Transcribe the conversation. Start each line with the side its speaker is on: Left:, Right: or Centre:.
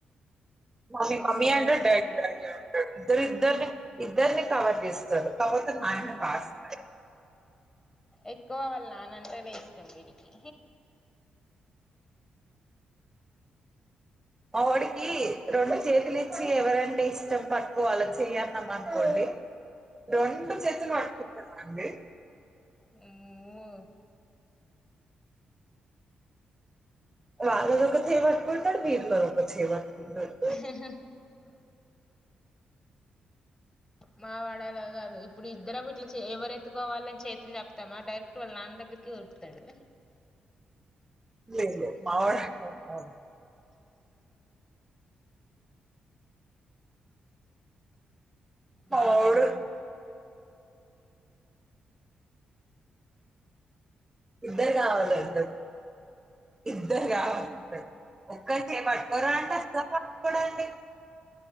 Right: మమ్మీ
Left: అమ్మో
Right: మమ్మీ అంటాడు డాడీ డాడీ ఎ అంటాడు ఇద్దరు ఇద్దరిని ఇద్దరిని కలపిస్తాడు కాపోతే నాయన ఫస్ట్
Left: ఎక్కువ వాళ్ళు నాన్నంటేనే ఇష్టం వీడికి
Right: మావాడికి రెండు చేతులు ఇచ్చి ఎవరంటే ఇష్టం పట్టుకో అలా చెయ్యన్నాం అనుకోండి రెండు చేతులు పట్టుకుంటండి
Left: మ్మ్
Right: వాళ్ళలో ఒక చేయి పట్టుకుంటాడు వీళ్ళలో ఒక చేయి పట్టుకుంటాడు
Left: <inaudible> మావాడలా కాదు ఇప్పుడు ఇద్దర వీట్లా ఎవరు ఎత్తుకోవాలని చేతులు చెప్తామా డైరెక్ట్ వాళ్ళ నాన్న దగ్గరికే ఉరుకుతాడు
Right: లే లే మావాడ్ అవును
Left: బాగా
Right: మావోడు
Left: నన్
Right: ఇద్దర్ కావాలంటడు ద్దరు కావాలంటడు ఒక్కరి చేేయ్యిపట్టుకోరా అంటే <unintelligible> చూడండి